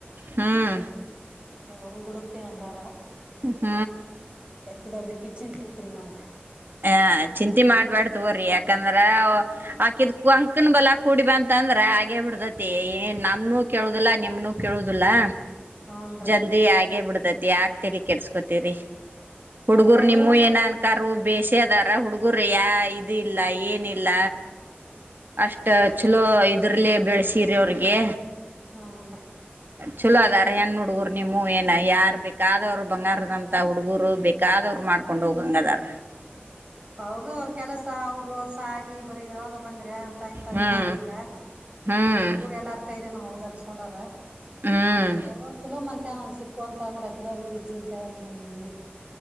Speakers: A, on the right; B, on the right.
A: ಹ್ಮ್
B: ಯಾವ್ರ ಹುಡುಕ್ತಿವ ಅಂದಾರ
A: ಹ್ಮ್
B: ಇಬ ಕಿಚನ್ ಚೇತ ನಮಕ್
A: ಆ ಚಿಂತಿ ಮಾಡ್ಬ್ಯಾಡ್ತವ್ರಿ ಯಾಕಂದ್ರ ಆಕಿದ್ ಕುಂಕನ್ ಬಲ ಕೂಡಿಬ ಅಂತ ಅಂದ್ರ ಆಗೇ ಬಿಡತತಿ ನಮನುೂ ಕೇಳುದಿಲ್ಲಾ ನಿಮ್ನುೂ ಕೇಳುದಿಲ್ಲಾ
B: ಹೂನ್ರಿ
A: ಜಲ್ದಿ ಆಗೆ ಬಿಡ್ತತಿ ಯಾಕ ತೆರಿಗೆ ಕೆಿಸಸ್ಕೋತರಿ ಹುಡ್ಗರು
B: ಅದ್ಕ
A: ನಿಮ್ಮ
B: ಇರು
A: ಏನ ಅನ್ಕಾರ ಾರ ಹುಡುಗುರಯ ಇದ ಇಲ್ಲ ಏನಿಲ್ಲ ಅಷ್ಟ ಚಲೋ ಇದ್ರಲೆೇ ಬೆಳ್ಸಿರಿಿ ಅವ್ರಿಗೆ
B: ಹ್ಮಂತ
A: ಚಲೋ ಅದಾರ ಹೆನ್ ಹುಡ್ಗರು ನಿಮ್ಮ ಏನ ಯಾರ ಬೇಕಾದವರು ಬಂಗಾರದಂತ ಹುಡ್ಗರು ಬೇಕಾದವರು ಮಾಡ್ಕೊಂಡ್ ಹೋಗಂಗ ಅದಾರ.
B: ಅವೌದು ಅವ್ರ ಕೆಲಸ ಅವ್ರರು ಅವ್ರ ಸಾಲಿ ಬರ ಇದ್ರವಾಗ ಬಂದ್ರ ಅಂತ ಇಂತವ
A: ಹ್ಮ್
B: ಏನಿದ ಇಲ್ಲ
A: ಹ್ಮ್
B: ಹುಡುಗರು ಎಲ್ಲಾರ ಕೈರಿೇನು ಹೋ ಅನ್ಸ್ಕೊಂಡಾರ
A: ಹ್ಮ್
B: ಅವ್ರಗ ಒಂದ್ ಚಲೋ ಮಂತಾನೊಂದ್ ಸಿಕ್ ು ಅಂದ್ರೆಾಕಿ ಹೋಗಬೇಕಕ್ ಈ ಚಿಂತೆಗ ನ ಮುಗ